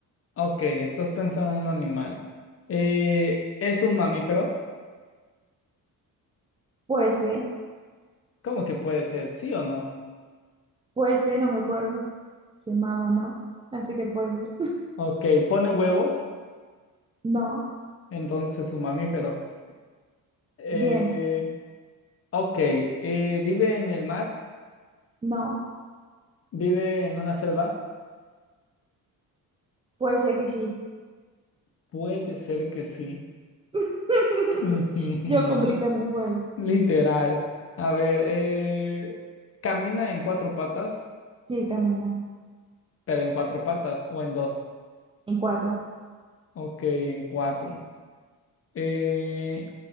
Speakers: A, on the left (about 40°); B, on the right (about 15°).
A: ok, estás pensando en un animal. Eh, ¿es un mamífero?
B: Puede ser,
A: ¿Cómo que puede ser? ¿Sí o no?
B: puede ser, no recuerdo si es mamá o no, así que puede ser.
A: Ok, pone huevos,
B: No,
A: entonces es un mamífero. Eh,
B: bien,
A: ok, eh, ¿vive en el mar?
B: no,
A: ¿Vive en una selva?
B: puede ser que sí.
A: Puede ser que sí.
B: <laughs>
A: <laughs> Ujujujú,
B: Yo complicando el juego.
A: Literal. A ver, eh, ¿camina en cuatro patas?
B: Sí, camina.
A: Pero en cuatro patas o en dos.
B: En cuatro.
A: Ok, en cuatro. Eh,